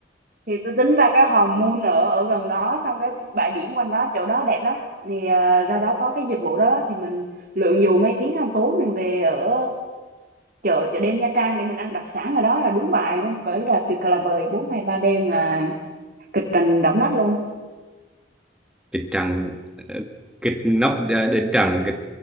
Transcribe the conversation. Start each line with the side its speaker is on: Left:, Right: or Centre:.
Right: thì tôi tính ra cái hòn Moon ở ở gần đó xong cái bãi biển quanh đó chỗ đó đẹp lắm thì à, ra đó có cái dịch vụ đó, đó thì mình lượn dù mấy tiếng xong tối mình về ở chợ chợ đêm Nha Trang để mình ăn đặc sản ở đó là đúng bài luôn cỡ là tuyệt là vời bốn ngày ba đêm là kịch trình động đất luôn
Centre: kịch trần ờ, kịch nóc đỉnh trần kịch